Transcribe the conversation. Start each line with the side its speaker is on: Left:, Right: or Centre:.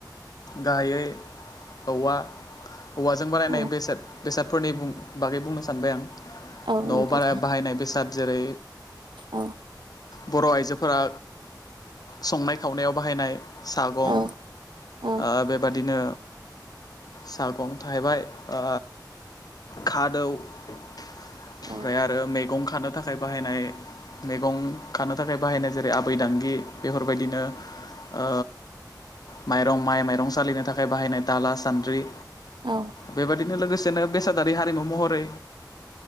Left: गाहायै औवा औवाजों बारायनाय
Right: औ
Left: बेसाद बेसादफोरनि बागै बुंनो सानबाय आं
Right: औ
Left: न'आव
Right: नोंथां
Left: बाहा बाहायनाय बेसाद जेरै
Right: औ
Left: बर' आइजोफोरा संनाय खावनायाव बाहायनाय सागं
Right: औ औ
Left: ओ बेबादिनो सागं थाहैबाय ओ खादौ ओमफ्राय
Right: औ
Left: आरो मैगं खानो थाखाय बाहायनाय मैगं खानो थाखाय बाहायनाय जेरै आबै दांगि बेफोरबायदिनो ओ माइरं माइ माइरं सालिनो थाखाय थाखाय बाहायनाय दाला सान्द्रि
Right: औ
Left: बेबायदि बे लोगोसेनो बेसादारि हारिमु महरै